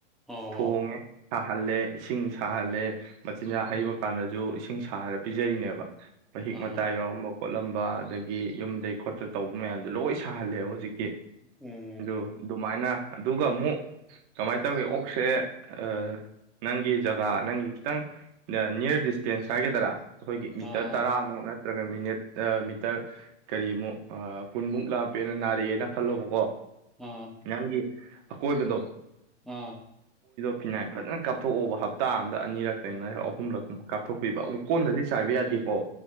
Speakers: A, in the centre; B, on the right (about 35°).
A: ꯑꯣ
B: ꯊꯣꯡꯉꯦ ꯁꯥꯍꯜꯂꯦ ꯏꯁꯤꯡ ꯁꯥꯍꯜꯂꯦ ꯃꯆꯤꯟꯖꯥꯛ ꯍꯩꯕ ꯀꯥꯟꯗꯁꯨ ꯏꯁꯤꯡ ꯁꯥꯔꯔ ꯄꯤꯖꯔꯤꯅꯦꯕ ꯃꯍꯤꯛ
A: ꯑꯥ
B: ꯃꯇꯥꯏ ꯌꯥꯎꯔꯝꯕ ꯈꯣꯠꯂꯝꯕ ꯑꯗꯒꯤ ꯌꯨꯝꯗꯩ ꯈꯣꯠꯇ ꯇꯧꯕ ꯃꯌꯥꯝꯗꯣ ꯂꯣꯏ ꯁꯥꯍꯜꯂꯦꯕ ꯍꯧꯖꯤꯛ
A: ꯎꯝ
B: ꯑꯗꯨ ꯑꯗꯨꯃꯥꯏꯅ ꯑꯗꯨꯒ ꯑꯃꯨꯛ ꯀꯃꯥꯏꯅ ꯇꯧꯏꯤ ꯑꯣꯛꯁꯦ ꯑꯥ ꯅꯪꯒꯤ ꯖꯒꯥ ꯅꯪꯒꯤ ꯈꯤꯇꯪ ꯅꯤꯌꯔ ꯗꯤꯁꯇꯦꯟꯁ ꯍꯥꯏꯒꯗꯔꯥ ꯑꯩꯈꯣꯏꯒꯤ ꯃꯤꯇꯔ
A: ꯑꯥ
B: ꯇꯔꯥꯃꯨꯛ ꯅ ꯅꯠꯇ꯭ꯔꯒ ꯃꯤꯅꯦꯠ ꯃꯤꯇꯔ ꯀꯔꯤꯃꯨꯛ ꯄꯨꯟꯃꯨꯛ ꯂꯥꯞ ꯅꯥꯔꯛꯑꯦꯅ ꯈꯜꯂꯣꯕꯀꯣ
A: ꯑꯥ
B: ꯅꯪꯒꯤ ꯑꯀꯣꯏꯕꯗꯣ
A: ꯑꯥ
B: ꯐꯤꯅꯥꯏꯟ ꯐꯖꯅ ꯀꯥꯞꯊꯣꯛꯑꯣꯕ ꯍꯞꯇꯥ ꯑꯝꯗ ꯑꯅꯤꯔꯛꯇꯪ ꯅ ꯑꯍꯨꯝꯂꯛꯀꯨꯝꯕ ꯀꯥꯞꯊꯣꯛꯄꯤꯕ ꯑꯣꯛꯀꯣꯟꯗꯗꯤ ꯆꯥꯏꯕ ꯌꯥꯗꯦꯀꯣ